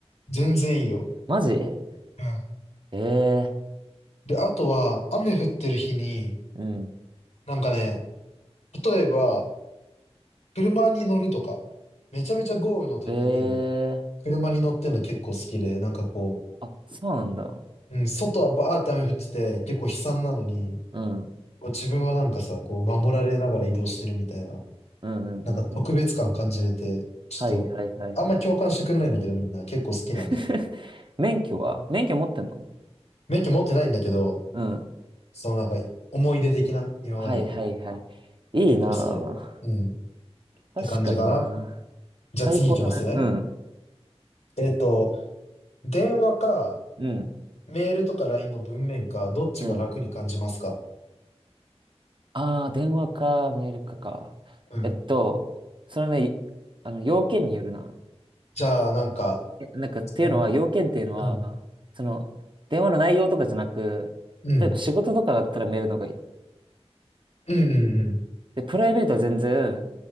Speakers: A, on the left; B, on the right.
A: 全然いいよ。
B: マジえ
A: うん。
B: え
A: で、あとは、雨降ってる日に、
B: ー、うん。
A: なんかね、例えば、車に乗るとか、めちゃめちゃ豪雨の時に、
B: ええー。
A: 車に乗ってんの結構好きで、なんかこう、
B: あ、そうなんだ。
A: うん、外はバーって雨降ってて、結構悲惨なのに、
B: うん。
A: こう自分はなんかさ、こう守られながら移動してるみたいな、
B: うんうんうんうん。
A: なんか特別感感じれて、ちょっと、
B: はいはいはいはい。
A: あんま共感してくんないんだけどみんな結構好きなんだよね。
B: <laughs> 免許は免許持ってんの
A: 免許持ってないんだけど、
B: うん。
A: そのなんか思い出的な、今までの。
B: はいはいはい。
A: 結構好きだよ。
B: いいな
A: うん。っ
B: ぁ。
A: て感じかな。
B: 確かにな
A: じゃあ次行きますね。
B: ぁ。ここだね。うん。
A: えっと、電話か、
B: うん。
A: メールとか LINE の文面か、どっちが楽に感じますか
B: うん。ああ、電話か、メールかか。
A: うん。
B: えっと、それね、いあの、要件によるな。
A: じゃあなんか、
B: えなんかっていうのは、
A: その、
B: 要件っていうのは、
A: うん。
B: その、電話の内容とかじゃなく、
A: うん。
B: 例えば仕事とかだったらメールの方がいい。
A: うんうんうん。
B: で、プライベートは全然